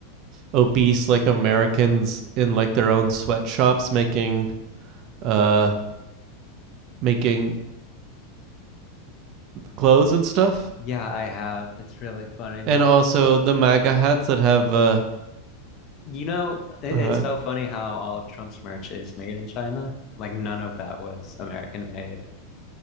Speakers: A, on the right (about 45°); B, on the left (about 40°).
A: obese like Americans in like their own sweatshops making uh making clothes and stuff?
B: yeah, I have. It's really funny. The,
A: And also the MAGA hats that have uh
B: you know, it-
A: uh
B: it's so funny how all of Trump's merch is made in China. Like none of that was American made.